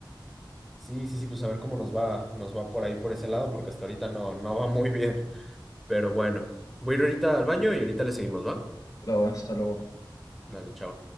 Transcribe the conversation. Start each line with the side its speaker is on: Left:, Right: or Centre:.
Centre: Sí, sí, sí, pues a ver cómo nos va, nos va por ahí por ese lado, porque hasta ahorita no, no va muy bien. Pero bueno, voy a ir ahorita al baño y ahorita le seguimos, ¿va?
Left: No, hasta luego.
Centre: Dale, chao.